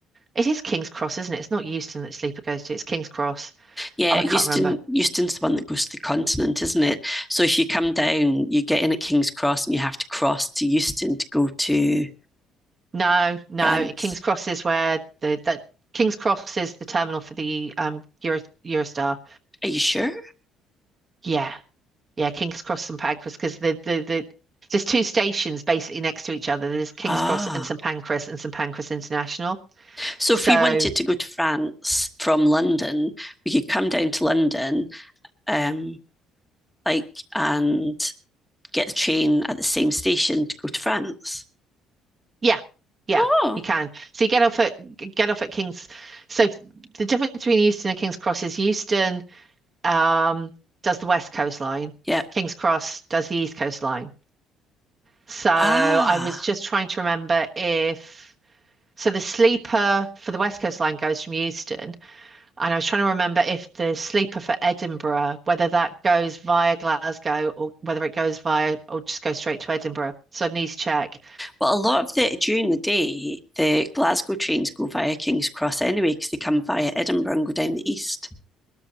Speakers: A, on the right; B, in the centre.
A: It is King's Cross, isn't it? It's not Euston that Sleeper goes to. It's King's Cross.
B: Yeah,
A: Oh, I
B: Euston
A: can't remember.
B: Euston's the one that goes to the continent, isn't it? So if you come down, you get in at King's Cross and you have to cross to Euston to go to
A: No, no.
B: France.
A: King's Cross is where the that King's Cross is the terminal for the um Euro, Eurostar.
B: Are you sure?
A: Yeah, yeah. King's Cross and Pancras because the the the there's two stations basically next to each other. There's King's
B: Ah.
A: Cross and St Pancras and St Pancras International.
B: So if
A: So
B: we wanted to go to France from London, we could come down to London, um, like and get the train at the same station to go to France.
A: yeah, yeah,
B: Oh,
A: you can. So you get off at get off at King's. So the difference between Euston and King's Cross is Euston um, does the West Coast line.
B: Yeah.
A: King's Cross does the East Coast line. So I
B: Ah.
A: was just trying to remember if so the sleeper for the West Coast line goes from Euston, and I was trying to remember if the sleeper for Edinburgh, whether that goes via Glasgow or whether it goes via or just goes straight to Edinburgh. So I need to check.
B: Well, a lot of the during the day, the Glasgow trains go via King's Cross anyway, because they come via Edinburgh and go down the east.